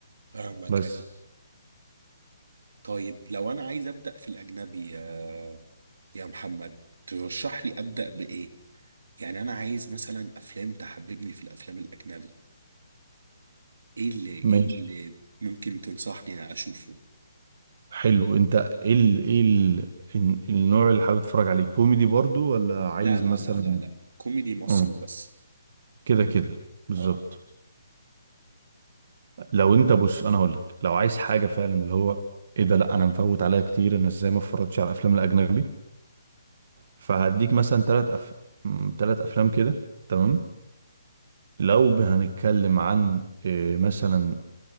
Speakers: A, on the right; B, on the right.
A: فاهمك
B: بس
A: يعني طيب لو انا عايز ابدا في الاجنبي يا يا محمد ترشح لي ابدا بايه يعني انا عايز مثلا افلام تحببني في الافلام الاجنبي ايه اللي ايه
B: ماشي
A: اللي ممكن تنصحني اشوفه
B: حلو انت ايه ال... ايه ال... الن- النوع اللي حابب تتفرج عليه كوميدي برضو ولا عايز
A: لا لا
B: مثلا
A: لا لا لا كوميدي مصري
B: اه
A: بس
B: كده كده بالظبط
A: اه
B: لو انت بص انا هقول لك لو عايز حاجه فعلا اللي هو ايه ده لا انا مفوت عليها كتير انا ازاي ما اتفرجتش على الافلام الاجنبي فهديك مثلا ثلاث أف... ثلاث افلام كده تمام لو هنتكلم عن إيه، مثلا